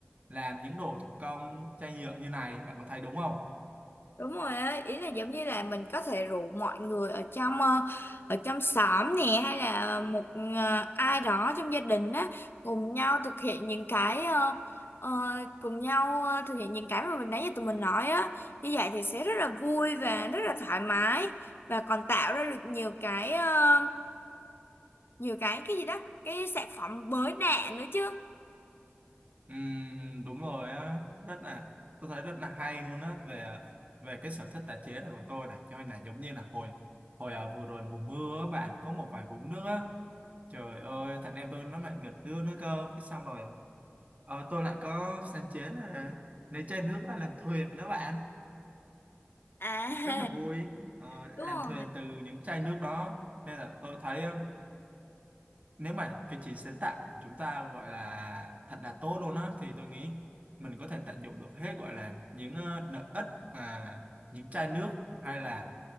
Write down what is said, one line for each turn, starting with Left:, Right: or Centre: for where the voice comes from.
Right: làm những đồ thủ công chai nhựa như này bạn có thấy đúng không
Left: Đúng rồi á, ý là giống như là mình có thể rủ mọi người ở trong ờ, ở trong xóm nè hay là một ờ, ai đó trong gia đình á cùng nhau thực hiện những cái ờ, ờ, cùng nhau ờ, thực hiện những cái mà mình nãy giờ tụi mình nói á. Như vậy thì sẽ rất là vui và rất là thoải mái và còn tạo ra được nhiều cái ờ, nhiều cái cái gì đó, cái sản phẩm mới lạ nữa chứ.
Right: Ừm, đúng rồi á rất là tôi thấy rất là hay luôn á về ờ, về cái sở thích tái chế này của tôi này cho nên là giống như là hồi hồi ờ, vừa rồi mùa mưa á, bạn có một vài vũng nước á Trời ơi, thằng em tôi nó lại nghịch nước nữa cơ. Cái xong rồi ờ, tôi lại có sáng chế là lấy chai nước ra làm thuyền đó bạn.
Left: À
Right: Rất là vui.
Left: <laughs>
Right: Ờ,
Left: đúng
Right: làm thuyền
Left: rồi.
Right: từ những chai nước đó. Nên là tôi thấy ờ, nếu mà cái trí sáng tạo của chúng ta gọi là thật là tốt luôn á thì tôi nghĩ mình có thể tận dụng được hết gọi là những ờ, lợi ích mà những chai nước hay là